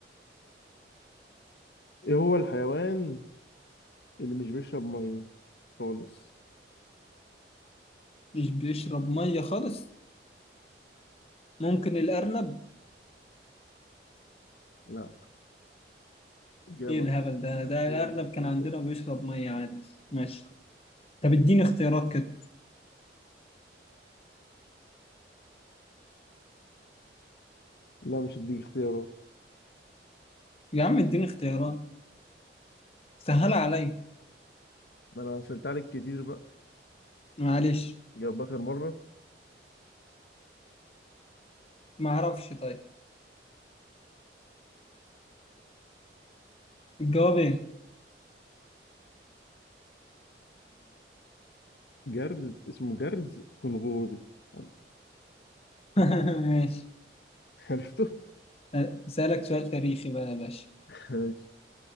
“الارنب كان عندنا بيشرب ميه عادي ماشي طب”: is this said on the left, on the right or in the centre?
Left